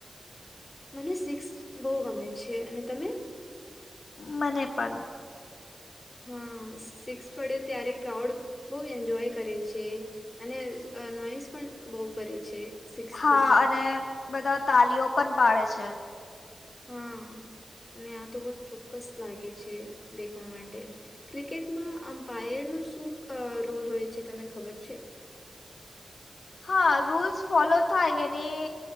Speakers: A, on the left; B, on the left.
A: મને સિક્સ બહુ ગમે છે અને તમે,
B: મને પણ
A: હા સિક્સ પડે ત્યારે ક્રાઉડ બહુ એન્જોય કરે છે. અને નોઈસ પણ બહુ કરે છે. સિક્સથી
B: હા અને બધા તાલીઓ પણ પાડે છે.
A: હા અને આ તો બહુ ચોક્કસ લાગે છે દેખવા માટે ક્રિકેટમાં અમ્પાયરનો શું રોલ હોય છે તને ખબર છે.
B: હા રૂલ્સ ફોલો થાય એની